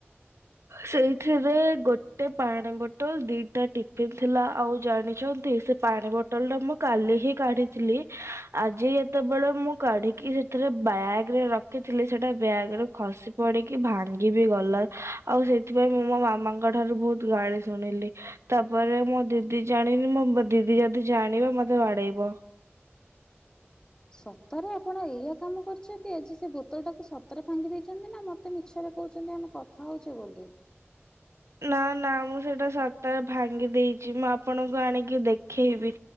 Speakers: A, on the right; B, on the left.
A: ସେଇଥିରେ ଗୋଟେ ପାଣି ବୋଟଲ ଦିଟା ଟିଫିିନ ଥିଲା ଆଉ ଜାଣିଚନ୍ତି ସେ ପାଣି ବୋଟଲ ଟା ମୁଁ କାଲି ହିଁ କାଢିଥିଲି ଆଜି ଯେତବେଳେ ମୁଁ କାଢିକି ସେ ଥିରେ ବ୍ୟାଗ ରେ ରଖିଥିଲି ସେଟା ବ୍ୟାଗରେ ଖସି ପଡିକି ଭାଙ୍ଗି ବି ଗଲା। ଆଉ ସେଇଥିପାଇଁ ମୁଁ ମୋ ମାମାଙ୍କ ଠାରୁ ବହୁତୁ ଗାଳି ଶୁଣିଲି। ତାପରେ ମୋ ଦିଦି ଜାଣିନି ମୋ ଦିଦି ଯଦି ଜାଣିବ ମତେ ବାଡେଇବ।
B: ସତରେ ଆପଣ ଏଇଆ କାମ କରିଚନ୍ତି ଆଜି ସେ ବୋତଲ ଟାକୁ ସତରେ ଭାଙ୍ଗି ଦେଇଚନ୍ତି ନା ମ ତେ ମିଛରେ କହୁଚନ୍ତି ଆମେ କଥା ହଉଚେ ବୋଲି?
A: ନା ନା ମୁଁ ସେଇଟା ସତରେ ଭାଙ୍ଗି ଦେଇଚି ମୁଁ ଆପଣଙ୍କୁ ଆଣିକି ଦେଖେଇବି।